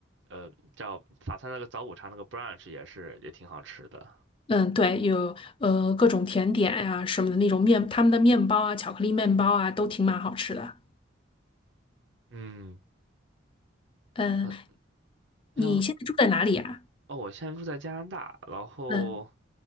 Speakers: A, on the right; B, on the left.
A: 呃，叫法餐那个早午茶那个 brunch 也是也挺好吃的。
B: 嗯，对，有呃各种甜点呀、什么的那种面，他们的面包啊、巧克力面包啊，都挺蛮好吃的。
A: 嗯，
B: 嗯，
A: 嗯，
B: 你现在住在哪里啊？
A: 像哦，我现在住在加拿大，然后
B: 嗯